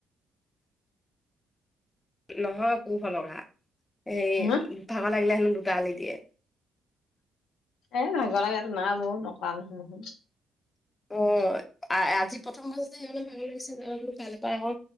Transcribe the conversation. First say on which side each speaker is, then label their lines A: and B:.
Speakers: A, on the left; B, on the left.
A: নহয় কু হলকা। সেই
B: হা
A: ভাগৰ লাগিলে হেনো দুটা আলি দিয়ে।
B: এ ভাগৰ লাগা <unintelligible>
A: অ'। আ আজি প্ৰথম <unintelligible> যে হেইকানে ভাল লাগিছে <unintelligible> কাইলে পা আকৌ